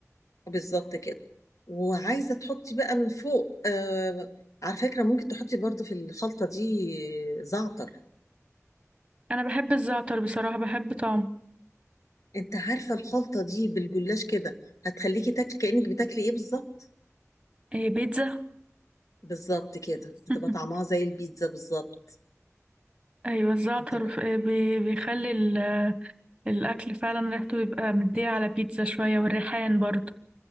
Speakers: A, on the left; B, on the right.
A: بالظبط كده وعايزه تحطي بقى من فوق آه، على فكره ممكن تحطي برضو في الخلطه دي زعتر
B: انا بحب الزعتر بصراحة بحب طعمه
A: انت عارفة الخلطة دي بالجلاش كده هتخليكي تاكلي كأنك بتاكلي ايه بالظبط
B: ايه بيتزا
A: بالظبط كده
B: <laughs>
A: هتبقى طعمها زي البيتزا بالظبط
B: ايوه الزعتر
A: هتبقى
B: ف- بي- بيخلي ال- الاكل فعلا ريحته يبقى مديه على بيتزا شوية والريحان برضه